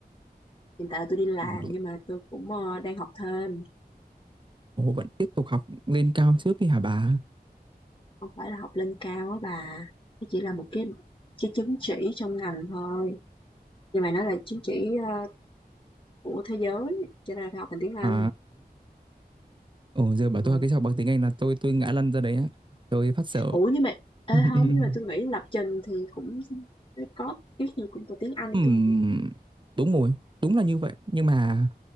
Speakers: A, on the left (about 30°); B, on the right (about 30°).
A: Hiện tại tôi đi làm
B: đủ đủ.
A: nhưng mà tôi cũng ờ, đang học thêm,
B: Ồ, vẫn tiếp tục học lên cao trước đi hả bà?
A: không phải là học lên cao á bà. Nó chỉ là một cái cái chứng chỉ trong ngành thôi. Nhưng mà nó là chứng chỉ ờ, của thế giới cho nên phải học bằng tiếng Anh.
B: À, ồ giờ bảo
A: Ừ.
B: tôi học cái học bằng tiếng Anh là tôi tôi ngã lăn ra đấy á. Tôi phát sợ.
A: Ủa nhưng mà ê,
B: <laughs>
A: không nhưng mà tôi nghĩ lập trình thì cũng có cái gì cũng có tiếng Anh
B: Ừm,
A: tôi.
B: đúng rồi, đúng là như vậy. Nhưng mà